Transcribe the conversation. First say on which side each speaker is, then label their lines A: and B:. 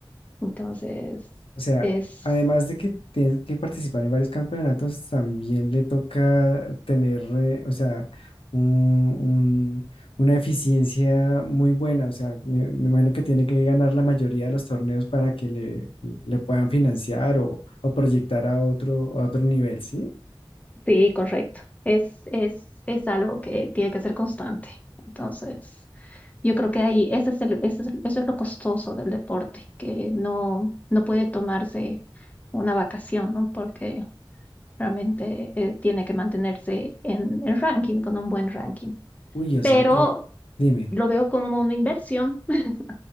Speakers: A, on the left; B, on the left.
A: Entonces,
B: O sea,
A: es,
B: además de que tienes que participar en varios campeonatos, también le toca tener, eh, o sea, un- un- una eficiencia muy buena. O sea, me, me imagino que tiene que ganar la mayoría de los torneos para que le, le puedan financiar o, o proyectar a otro, a otro nivel, ¿sí?
A: sí, correcto. Es, es, es algo que tiene que ser constante. Entonces. Yo creo que ahí ese es el- ese es- eso es lo costoso del deporte, que no, no puede tomarse una vacación, ¿no? Porque realmente eh, tiene que mantenerse en el ranking, con un buen ranking.
B: Uy, o
A: Pero
B: sea que, dime.
A: lo veo como una inversión, <laughs>